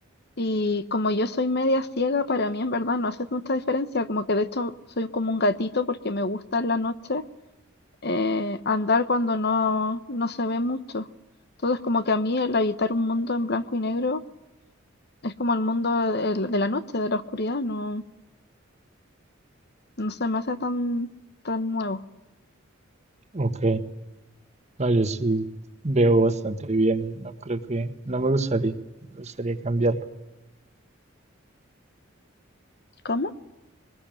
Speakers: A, on the left; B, on the right.
A: y como yo soy media ciega, para mí en verdad no hace mucha diferencia, como que de hecho soy como un gatito porque me gusta en la noche eh, andar cuando no, no se ve mucho. Entonces, como que a mí el habitar un mundo en blanco y negro es como el mundo de, de la noche, de la oscuridad, no, no se me hace tan, tan nuevo.
B: Ok. No, yo sí veo bastante bien y no creo que, no me gustaría, me gustaría cambiarlo.
A: ¿Cómo?